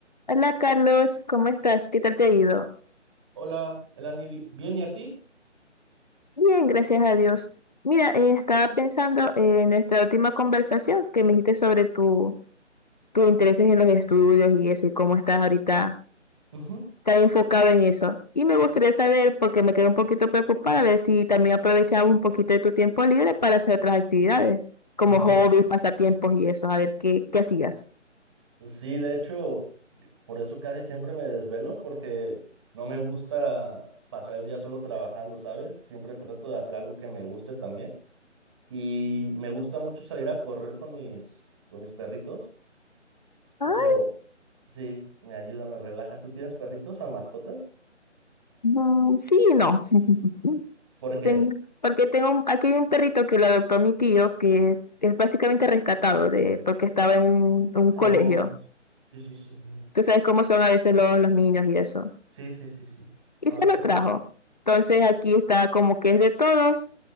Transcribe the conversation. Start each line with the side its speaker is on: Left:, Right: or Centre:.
Left: Hola Carlos, ¿cómo estás? ¿Qué tal te ha ido?
Right: Hola, Melanie, bi- ¿bien y a ti?
Left: Bien, gracias a Dios. Mira, eh, estaba pensando en nuestra última conversación que me dijiste sobre tu, tus intereses en los estudios y eso, y cómo estás ahorita
Right: Ujú,
Left: tan enfocado en eso. Y me gustaría saber, porque me quedé un poquito preocupada, a ver si también aprovechaba un poquito de tu tiempo libre para hacer otras actividades, como
Right: ujú.
Left: hobbies, pasatiempos y eso, a ver qué, qué hacías.
Right: Sí, de hecho, yo- por eso casi siempre me desvelo porque no me gusta pasar el día solo trabajando, ¿sabes? Siempre trato de hacer algo que me guste también. Y me gusta mucho salir a correr con mis, con mis perritos. Eso
Left: Ah,
Right: sí, me ayuda, me relaja. ¿Tú tienes perritos o mascotas?
Left: mm, sí, y no. <laughs>
Right: ¿Por qué?
Left: Ten- porque tengo, un- aquí hay un perrito que lo adoptó mi tío, que es básicamente rescatado de, porque estaba en un, un colegio.
Right: Oh, sí, sí, sí.
Left: Tú sabes cómo son a veces los, los niños y eso.
Right: Sí, sí, sí, sí.
Left: Y
Right: Ah,
Left: se lo
Right: qué bueno.
Left: trajo. Entonces aquí está como que es de todos